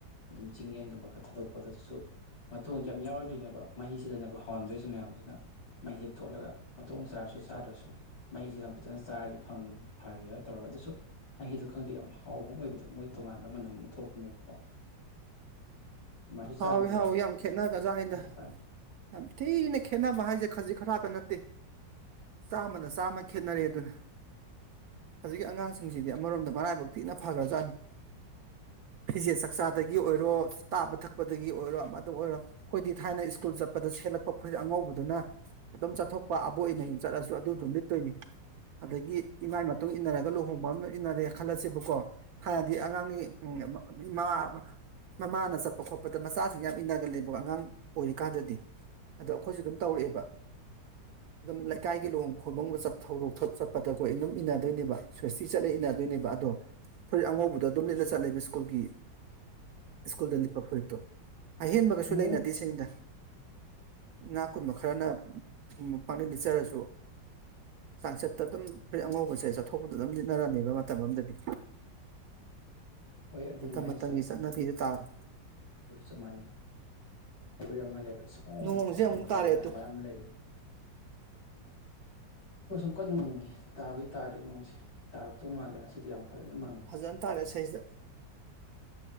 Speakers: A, on the left; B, on the right.
A: ꯑꯗꯨꯝ ꯆꯤꯡ ꯌꯦꯟꯒꯨꯝꯕ ꯈꯔ ꯊꯥꯗꯣꯛꯄꯗ ꯑꯗꯨꯁꯨ ꯃꯣꯡꯗꯤ ꯌꯥꯝ ꯌꯥꯎꯔꯣꯏꯗꯣꯏꯔꯤꯅꯦ ꯃꯍꯤꯁꯤꯗꯅꯦꯕ ꯍꯧꯥꯎꯍꯟꯗꯣꯏꯁꯦ ꯃꯌꯥꯝꯁꯤꯅ ꯃꯍꯤꯁꯤꯦ ꯊꯣꯠꯂꯒ ꯃꯇꯣꯡ ꯆꯥꯔꯁꯨ ꯆꯥꯗ꯭ꯔꯁꯨ ꯃꯍꯩꯤꯁꯤꯗꯪ ꯐꯖꯅ ꯆꯥꯔꯗꯤ ꯐꯔꯦ ꯇꯧꯔꯒ ꯑꯗꯨꯁꯨ ꯃꯍꯤꯗꯨ ꯈꯪꯗꯦ ꯌꯥꯝ ꯍꯥꯎꯕ ꯑꯃ ꯑꯣꯏꯕꯗꯣ ꯃꯣꯏ ꯇꯣꯉꯥꯟꯕ ꯃꯅꯝ ꯑꯃ ꯊꯣꯛꯄꯅꯦꯕꯀꯣ ꯑꯗꯨꯃꯥꯏꯁꯨ ꯆꯥꯈꯤꯗ꯭ꯔꯦꯗ
B: ꯍꯥꯎꯋꯤ ꯍꯥꯎꯋꯏ ꯌꯥꯝ ꯈꯦꯠꯅꯒꯖꯥꯠ ꯑꯗ
A: ꯍꯧꯖꯤꯛꯀꯥꯟ
B: ꯌꯥꯝ ꯊꯤꯅ ꯈꯦꯠꯅꯕ ꯍꯥꯏꯁꯦ ꯈꯖꯤꯛ ꯈꯔꯇ ꯅꯠꯇꯦ ꯆꯥꯝꯃꯅ ꯆꯥꯝꯃ ꯈꯦꯅꯔꯦ ꯑꯗꯨꯅ ꯍꯧꯖꯤꯛ ꯑꯉꯥꯡꯁꯤꯡꯁꯤꯗꯤ ꯑꯃꯔꯣꯝꯗ ꯃꯔꯥꯏꯕꯛ ꯊꯤꯅ ꯐꯈ꯭ꯔꯖꯥꯠꯅꯤ ꯐꯤꯖꯦꯠ ꯆꯥꯛꯆꯥꯗꯒꯤ ꯑꯣꯏꯔꯣ ꯆꯥꯕ ꯊꯛꯄ ꯄꯗꯒꯤ ꯑꯣꯏꯔꯣ ꯑꯃꯗ ꯑꯣꯏꯔꯣ ꯑꯩꯈꯣꯏꯗꯤ ꯊꯥꯏꯅ ꯁ꯭ꯀꯨꯜ ꯆꯠꯄꯗ ꯁꯦꯠꯂꯛꯄ ꯐ ꯑꯉꯧꯕꯗꯨꯅ ꯑꯗꯨꯝ ꯆꯠꯊꯣꯛꯄ ꯑꯕꯣꯛꯅꯨꯝ ꯆꯠꯂꯁꯨ ꯑꯗꯨꯗꯨꯝ ꯂꯤꯠꯇꯣꯏꯅꯤ ꯑꯗꯒꯤ ꯏꯃꯥꯏ ꯃꯇꯨꯡ ꯏꯟꯅꯔꯒ ꯂꯨꯍꯣꯡꯕ ꯑꯃ ꯏꯟꯅꯔꯦ ꯈꯜꯂꯁꯦꯕꯀꯣ ꯊꯥꯏꯅꯗꯤ ꯑꯉꯥꯡꯒꯤ ꯎ ꯃ ꯃꯃꯥꯅ ꯆ ꯈꯣꯠꯄꯗ ꯃꯆꯥꯁꯤꯡ ꯌꯥꯝ ꯏꯟꯅꯒꯂꯦꯕꯀꯣ ꯑꯉꯥꯡ ꯑꯣꯏꯔꯤꯀꯥꯟꯗꯗꯤ ꯑꯗ ꯑꯩꯈꯣꯏꯁꯨ ꯑꯗꯨꯝ ꯇꯧꯔꯛꯑꯦꯕ ꯑꯗꯨꯝ ꯂꯩꯀꯥꯏꯒꯤ ꯂꯨꯍꯣꯡ ꯈꯣꯡꯗꯣꯡꯕ ꯊꯧꯗꯣꯛ ꯆꯠꯄꯗꯈꯣꯏ ꯑꯗꯨꯝ ꯏꯅꯟꯅꯗꯣꯏꯅꯦꯕ ꯁ꯭ꯋꯁꯇꯤ ꯆꯠꯂꯒ ꯏꯅꯗꯣꯏꯅꯦꯕ ꯑꯗꯣ ꯐꯣꯔ ꯑꯉꯧꯕꯗ ꯑꯗꯨꯝ ꯂꯤꯠꯂ ꯆꯠꯂꯦꯕ ꯁ꯭ꯀꯨꯜꯒꯤ ꯁ꯭ꯀꯨꯜꯗ ꯐꯨꯔꯤꯠꯇꯣ ꯑꯍꯦꯟꯕꯒꯁꯨ
A: ꯎꯝ
B: ꯂꯩꯅꯗꯦ ꯁꯅꯤꯗ ꯉꯥ ꯀꯨꯟꯕ ꯈꯔꯅ ꯄꯥꯡꯅꯤꯡ ꯂꯤꯠꯆꯔꯁꯨ ꯆꯥꯡꯆꯠꯇ ꯑꯗꯨꯝ ꯐꯨꯔꯤ ꯑꯉꯧꯕꯁꯦ ꯆꯠꯊꯣꯛꯄꯗ ꯑꯗꯨꯝ ꯂꯤꯠꯅꯔꯝꯃꯦꯕ ꯃꯇꯝ ꯑꯃꯗꯗꯤ
A: ꯍꯣꯏ ꯑꯗꯨꯅꯤ
B: ꯃꯇꯝ
A: ꯍꯥꯏꯁꯦ
B: ꯃꯇꯝꯒꯤ ꯆꯠꯅꯕꯤꯗ ꯇꯥꯔꯦ
A: ꯑꯩꯈꯣꯏꯁꯨ ꯆꯞ ꯃꯥꯟꯅꯩ ꯐꯨ ꯑꯃ ꯂꯩꯕ ꯑꯁꯗ
B: ꯅꯣꯡꯁꯦ
A: ꯑꯩꯈꯣꯏ
B: ꯑꯃꯨꯛ
A: ꯅꯨꯡꯁꯤ
B: ꯇꯥꯔꯛꯑꯦ
A: ꯃꯕ
B: ꯇꯨ
A: ꯑꯃ ꯂꯩꯌꯦ ꯑꯩꯣꯏ ꯁꯨꯝ ꯀꯟꯅ ꯃꯪꯉꯤ ꯇꯥꯕꯨꯗꯤ ꯇꯥꯗ꯭ꯦ ꯅꯣꯡꯁꯦ ꯇꯥꯔꯛꯇꯧ ꯃꯥꯜꯂꯦ ꯉꯁꯤꯗꯤ ꯌꯥꯝ ꯐꯖꯅ ꯃꯪꯉꯦ
B: ꯎꯝ ꯐꯖꯅ ꯇꯥꯔꯦ ꯏꯁꯩꯗ